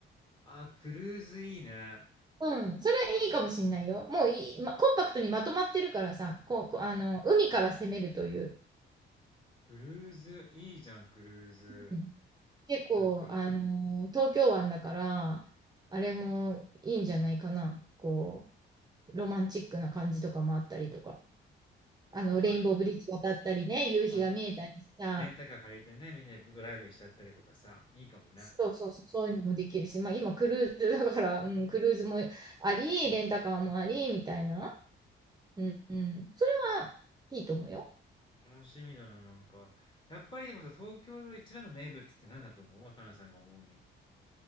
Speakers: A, on the left; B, on the right.
A: あ、クルーズいいね。
B: うん、それいいかもしんないよ。もういい、ま、コンパクトにまとまってるからさ、こう、こうあの、海から攻めるという。
A: クルーズ、いいじゃん、クルーズ。
B: うん、結構、
A: なんか、
B: あの東京湾だから、あれもいいんじゃないかな。こう、ロマンチックな感じとかもあったりとか。あの、
A: まあ、
B: レインボーブリッジ渡ったりね、夕日が見えたりさ、
A: まあ、レンタカー借りてね、みんなでドライブしちゃったりとかさ、いいかもね。
B: そうそうそう、そういうのもできるし、まあ今クルーズだから、うん、クルーズもあり、レンタカーもあり、みたいな。うん、うん。それはいいと思うよ。
A: 楽しみだな、なんか。やっぱりでもさ、東京の一番の名物って何だと思う若菜さんが思うに。